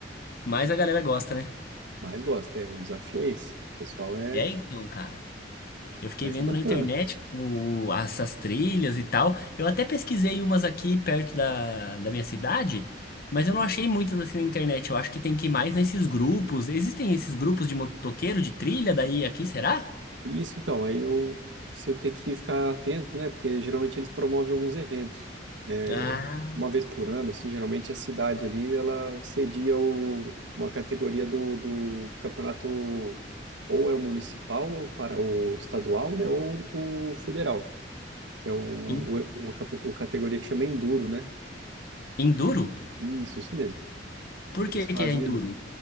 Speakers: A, on the left; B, on the right.
A: mas a galera gosta, né?
B: Mas gosta, é, o desafio é esse. O pessoal é,
A: E aí, então, cara, eu fiquei
B: mas
A: vendo
B: é bacana.
A: na internet o, essas trilhas e tal. Eu até pesquisei umas aqui perto da, da minha cidade, mas eu não achei muitas assim na internet. Eu acho que tem que ir mais nesses grupos. Existem esses grupos de motoqueiro, de trilha daí aqui, será?
B: E isso então, aí eu, você tem que ficar atento, né? Porque geralmente eles promovem alguns eventos. É,
A: Ah,
B: uma vez por ano, assim, geralmente a cidade ali, ela cedia o- uma categoria do, do campeonato, ou é o municipal, ou para o estadual, né? Ou o federal. que é o, o,
A: en-
B: uma, cap- o categoria que chama Enduro, né?
A: enduro?
B: Isso, isso mesmo.
A: Por
B: Eles
A: que
B: fazem
A: que é enduro?
B: ali.